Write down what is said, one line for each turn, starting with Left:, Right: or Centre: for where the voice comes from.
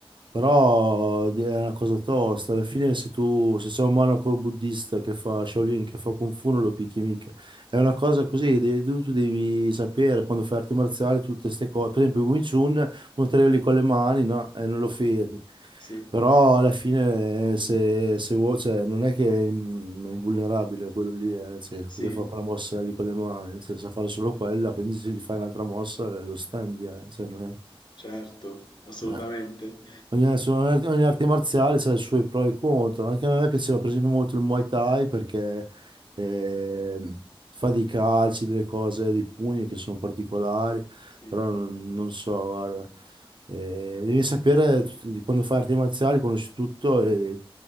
Right: Però è una cosa tosta. Alla fine se tu, se c'è un monaco buddista che fa Shaolin, che fa Kung Fu, non lo picchi mica. È una cosa così, de- tu tu devi sapere quando fai arti marziali tutte queste cose. Per esempio, il Wing Chun uno te lo lì con le mani, no? E non lo fermi.
Left: Sì,
Right: Però alla fine eh, se, se vuoi, cioè, non è che è mm, è invulnerabile quello lì, eh, cioè,
Left: sì,
Right: perché fa quella mossa lì con le mani, cioè, sa fare solo quella, quindi se gli fai un'altra mossa eh, lo standi, eh, cioè, non è...
Left: certo, assolutamente.
Right: Eh. Ogni, adesso ogni ogni arte marziale ha i suoi pro e i contro. Anche a me piaceva per esempio molto il Muay Thai perché ehm, fa dei calci, delle cose, dei pugni che sono particolari,
Left: Sì.
Right: però non, non so, guarda. Eh, devi sapere tut- di quando fai arti marziali, conosci tutto e